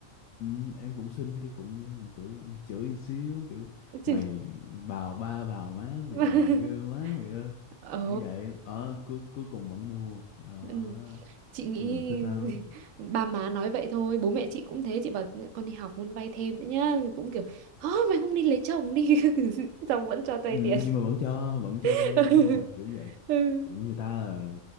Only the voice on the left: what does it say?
Ừ, em cũng xin cái cũng kiểu chửi một xíu kiểu
mày bào ba bào má mày
bào ghê quá mày ơi
kiểu vậy ở cuối cuối cùng vẫn mua đó
nói
chung là thích
lắm
ừ, nhưng
mà vẫn cho vẫn cho
vay đúng rồi kiểu vậy
kiểu người ta là